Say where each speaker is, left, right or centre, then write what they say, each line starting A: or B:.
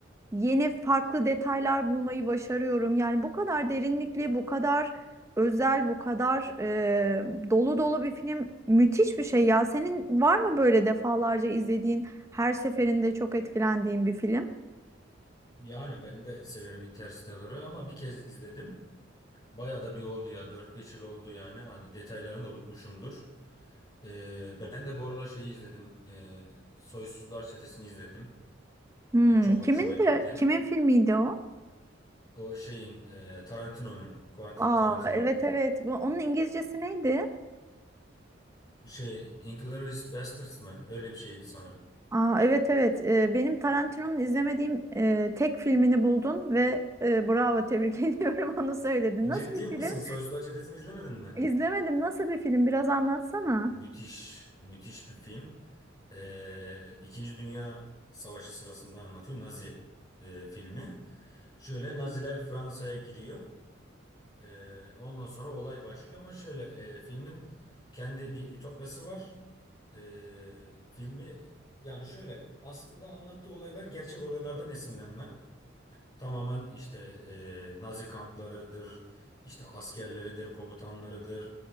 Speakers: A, on the right (about 15°); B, on the left (about 25°).
A: Yeni farklı detaylar bulmayı başarıyorum. Yani bu kadar derinlikli, bu kadar özel, bu kadar e, dolu dolu bir film müthiş bir şey ya. Senin var mı böyle defalarca izlediğin, her seferinde çok etkilendiğin bir film?
B: Yani ben de severim Interstellar'ı ama bir kez izledim. Bayağı da bir oldu ya. dört beş yıl oldu yani. Hani detaylarını da unutmuşumdur. Ee, ben de bu aralar şeyi izledim. Ee, Soysuzlar Çetesi'ni izledim.
A: Hmm,
B: O çok
A: kimin
B: hoşuma gitti.
A: de kimin filmiydi o?
B: O şeyin e, Tarantino'nun, Quentin
A: Aa
B: Tarantino.
A: evet evet. Bu, onun İngilizcesi neydi?
B: Şey, Inglourious Basterds mı? Öyle bir şeydi sanırım.
A: Aa evet evet. Ee, benim Tarantino'nun izlemediğim e, tek filmini buldun ve e, bravo tebrik <laughs> ediyorum onu söyledin. Nasıl
B: Ciddi
A: bir
B: misin?
A: film?
B: Soysuzlar Çetesi'ni izlemedin mi?
A: İzlemedim. Nasıl bir film? Biraz anlatsana.
B: Müthiş, müthiş bir film. Ee, İkinci Dünya Savaşı sırasında anlatıyor Nazi e, filmi. Şöyle Naziler Fransa'ya giriyor. Ee, ondan sonra olay başlıyor ama şöyle e, filmin kendi bir ütopyası var. Ee, filmi yani şöyle aslında anlattığı olaylar gerçek olaylardan esinlenme. Tamamen işte e, Nazi kamplarıdır, işte askerleridir, komutanlarıdır,